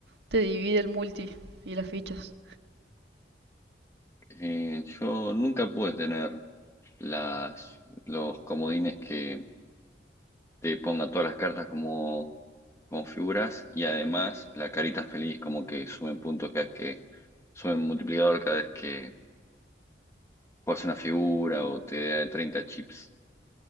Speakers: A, on the right; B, on the left.
A: te divide el multi y las fichas.
B: Eh, yo nunca pude tener las, los comodines que te ponga todas las cartas como, como figuras y además la carita feliz como que suben puntos cada vez que suben multiplicador cada vez que juegas una figura o te da 30 chips.